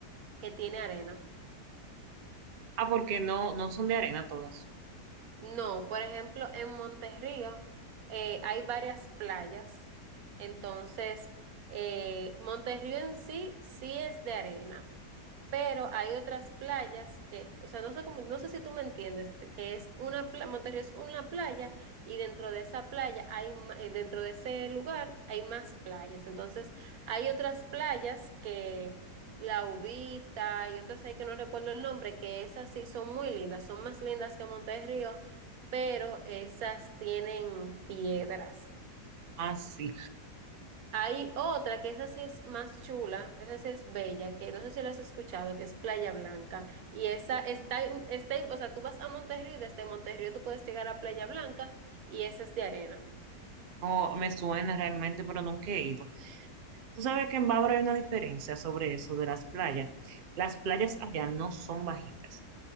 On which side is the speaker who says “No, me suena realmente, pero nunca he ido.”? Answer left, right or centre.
Right